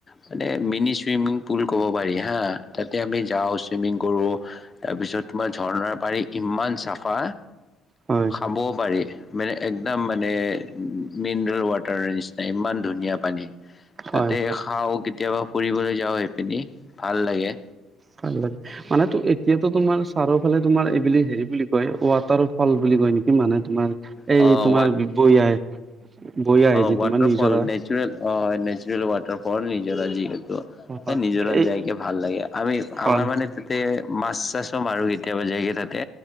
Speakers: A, on the left; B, on the right.
A: মানে মিনি চুইমিং পুল ক'ব পাৰি হা তাতে আমি যাওঁ চুইমিং কৰো তাৰপিছত তোমাৰ ঝৰ্ণাৰ পাৰি ইমান চাফা
B: হয়
A: খাবও পাৰি মানে একদম মানে মিনাৰেল ৱাটাৰৰ নিচিনা ইমান ধুনীয়া পানী
B: হয়
A: তাতে
B: হয়
A: খাও কেতিয়াবা ফুৰিবলৈ যাওঁ সেইপিনি ভাল লাগে
B: ভাল লাগে মানে তো এতিয়াতো তোমাৰ চাৰৰ ফালে তোমাৰ এইব হেৰি বুলি কয় ওৱাটাৰ ফল বুলি কয় নেকি মানে তোমাৰ এই
A: অ
B: তোমাৰ বৈ আহে বৈ আহে যি
A: ওৱাটাৰফল
B: তোমাৰ নিজৰা
A: নেচুৰেল অ নে জেল ওৱাতা নিজৰা যিহেতু
B: হয়
A: নিজৰা
B: এই
A: যেনেকে ভাল লাগে আমি
B: হয়
A: আমাৰ মানে ততে মাছ চাছ ম আৰু কেতিয়াবা যায়গে তাতে